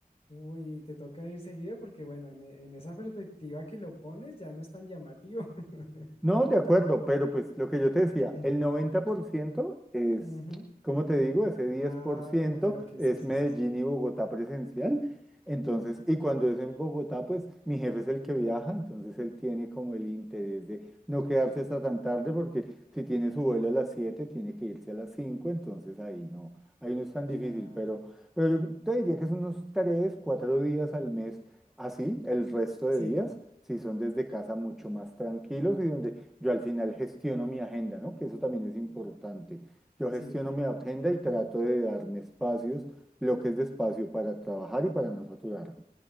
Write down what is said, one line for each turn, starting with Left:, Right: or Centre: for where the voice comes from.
Left: uy, y te toca ir seguido porque bueno, en, e- en esa perspectiva que lo pones ya no es tan llamativo. <laughs>
Centre: No, de acuerdo, pero pues lo que yo te decía,
Left: <clears throat>
Centre: el 90% es,
Left: Ujú.
Centre: como te digo, ese diez
Left: Ah,
Centre: por ciento
Left: ok, ok,
Centre: es
Left: sí, sí,
Centre: Medellín
Left: sí, sí.
Centre: y Bogotá presencial. Entonces, y cuando es en Bogotá, pues mi jefe es el que viaja, entonces él tiene como el interés de no quedarse hasta tan tarde, porque si tiene su vuelo a las 7, tiene que irse a las 5, entonces ahí no, ahí no es tan
Left: Ya,
Centre: difícil, pero, pero yo te diría que son unos 3, 4 días al mes Así, el resto de
Left: sí,
Centre: días, si son desde casa mucho más tranquilos y donde yo al final gestiono mi agenda, ¿no? Que eso también es importante. Yo
Left: sí,
Centre: gestiono mi agenda y trato de darme espacios, bloques de espacio para trabajar y para no saturarme.